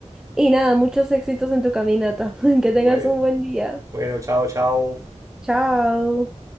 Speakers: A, in the centre; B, on the right.
A: y nada, muchos éxitos en tu caminata. <laughs>
B: Bue-
A: Que tengas un buen día.
B: Bueno, chao, chao.
A: Chao.